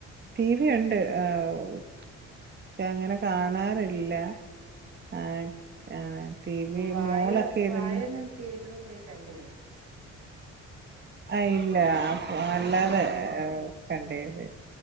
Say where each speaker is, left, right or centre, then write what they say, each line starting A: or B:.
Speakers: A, on the right; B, on the right.
A: ടീവി ഒണ്ട് ആ പക്ഷെ അങ്ങനെ കാണാറില്ല ആഹ് ആഹ് ടി
B: അപ്പൊ
A: വി
B: വായ
A: മോളൊക്കെ ഇരുന്ന്-
B: വായൊന്നും തിയേറ്ററിൽ പോയി കണ്ടില്ലേ
A: ആ ഇല്ല അല്ലാതെ കണ്ടേത്